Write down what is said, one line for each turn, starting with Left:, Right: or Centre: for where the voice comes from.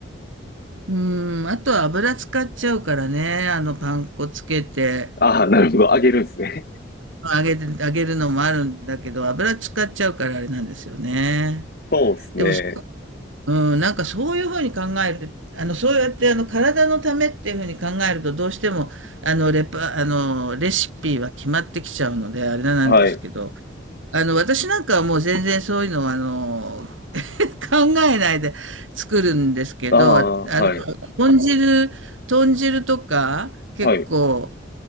Right: うん、あとは油使っちゃうからね。あの、パン粉つけて、
Left: ああ、なるほど。あげるんですね。
Right: 揚げて、揚げるのもあるんだけど、油使っちゃうからあれなんですよね。
Left: <laughs> そうですね。
Right: でも、そうん、なんかそういうふうに考える、あの、そうやってあの、体のためっていうふうに考えると、どうしても、あの、レパ、あの、レシピは決まってきちゃうので、あれなんですけど、
Left: はい。
Right: あの、私なんかはもう全然そういうのは、あの、<laughs> 考えないで作るんですけど、
Left: ああ、
Right: あの、
Left: はい。
Right: 豚汁、豚汁とか、結構、
Left: はい。